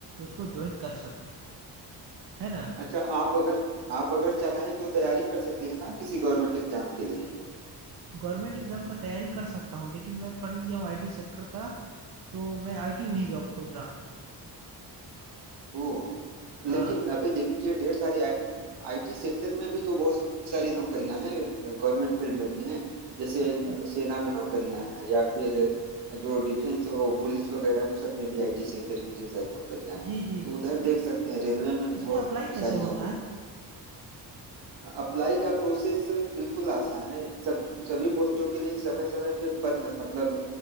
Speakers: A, on the right (about 55°); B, on the right (about 80°).
A: उसको जॉइन कर सकूँ, है ना?
B: अच्छा आप अगर आप अगर चाहें तो तैयारी कर सकते हैं ना किसी गवर्नमेंट एग्जाम के लिए
A: गवर्नमेंट एग्ज़ाम का तैयारी कर सकता हूँ लेकिन मैं पढ़ लिया हूँ आईटी सेक्टर का, तो मैं आईटी में ही जॉब खोज रहा हूँ।
B: ओ
A: हाँ,
B: लेकिन अभी देखिए ढेर सारे आईटी सेक्टर में भी तो बहुत सारी नौकरियां हैं गवर्नमेंट फील्ड में भी हैं जैसे
A: अच्छा।
B: सेना में नौकरियां हैं या फिर जो डिफेंस वो पुलिस वगैरह उन सब में भी आईटी सेक्टर की ढेर सारी नौकरियां हैं
A: जी, जी।
B: तो उधर
A: तो
B: देख सकते हैं रेलवे में भी बहुत
A: इसमें अप्लाई कैसे
B: सारी
A: होता
B: नौकरी
A: है?
B: अप्लाई का प्रोसेस बिल्कुल आसान है सब सभी पोस्टों के लिए समय समय पे पद मतलब